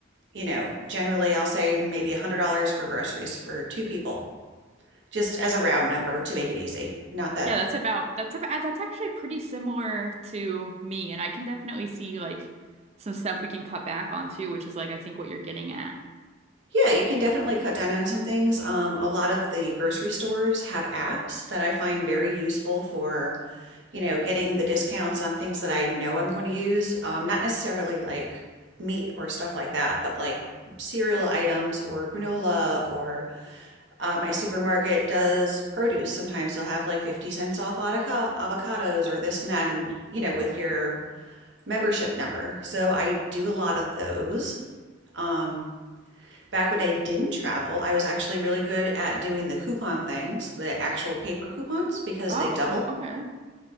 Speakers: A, on the right; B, on the right.
A: you know, generally I'll say maybe $100 for groceries for two people. just as a round number to make it easy. Not that,
B: Yeah, that's about that's about that's actually pretty similar to me, and I can definitely see like some stuff we can cut back on too, which is like I think what you're getting at.
A: yeah, you can definitely cut down on some things. Um, a lot of the grocery stores have apps that I find very useful for, you know, getting the discounts on things that I know I'm going to use. Um, not necessarily like meat or stuff like that, but like cereal items or granola or uh, my supermarket does produce. Sometimes they'll have like 50 cents off avoca- avocados or this and that, and you know, with your membership number. So I do a lot of those. Um, back when I didn't travel, I was actually really good at doing the coupon things, the actual paper coupons, because
B: Oh,
A: they double.
B: okay.